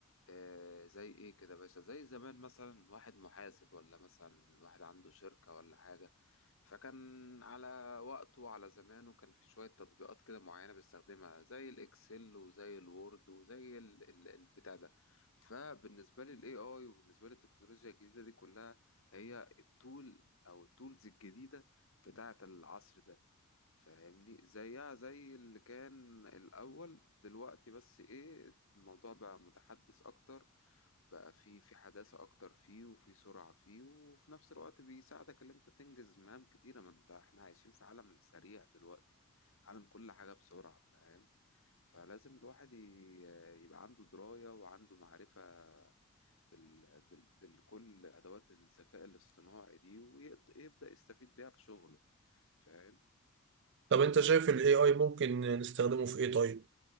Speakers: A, on the left; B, on the right.
A: آه زي ايه كده يا باشا زي زمان مثلا واحد محاسب ولا مثلا واحد عنده شركة ولا حاجة فكان على وقته وعلى زمانه كان في شوية تطبيقات كده معينة بيستخدمها زي الاكسل وزي الوورد وزي ال- ال- البتاع ده فبالنسبة لي الاي اي وبالنسبة لي التكنولوجيا الجديدة دي كلها هي التول او التولز الجديدة بتاعة العصر ده فاهمني زيها زي اللي كان الأول دلوقتي بس إيه الموضوع بقى متحدث أكتر بقى في في حداثة أكتر فيه وفي سرعة فيه وفي نفس الوقت بيساعدك إن أنت تنجز مهام كتيرة ما أنت إحنا عايشين في عالم سريع دلوقتي عالم كل حاجة بسرعة فاهم فلازم الواحد ي- يبقى عنده دراية وعنده معرفة بال... بال... بالكل أدوات الذكاء الاصطناعي دي ويبدأ يستفيد بيها في شغله فاهم
B: طب انت شايف ال AI ممكن نستخدمه في ايه طيب؟